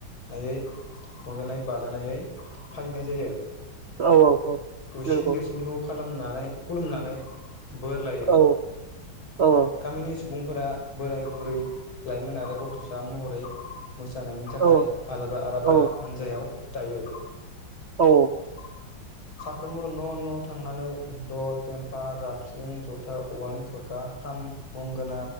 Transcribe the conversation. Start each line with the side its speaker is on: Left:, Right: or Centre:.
Left: नायै रंजानाय बाजानायै फालिनाय जायो
Right: औ औ औ
Left: दुसिन
Right: नंगौ
Left: देरसिनखौ खालामनानै खुलुमनानै बोर लायो
Right: औ औ औ
Left: गामिनि सुबुंफोरा बोराय बुरै लाइमोन आरो गथसा महरै मोसानायनि थाखाय
Right: औ
Left: आलादा आलादा
Right: औ
Left: हान्जायाव दायो
Right: औ
Left: <inaudible> साफ्रोमबो न न थांनानै दल फेमफा जाबस्रिं जथा औवानि थरखा खाम गंगोना